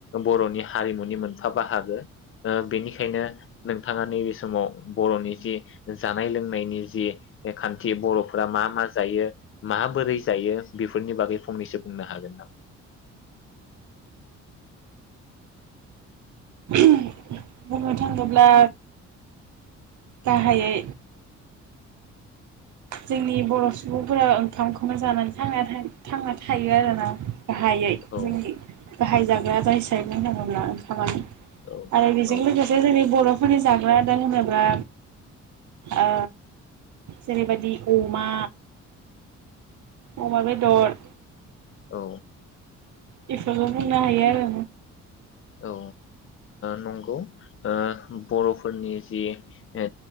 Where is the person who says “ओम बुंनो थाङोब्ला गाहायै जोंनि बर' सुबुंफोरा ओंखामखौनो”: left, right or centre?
Right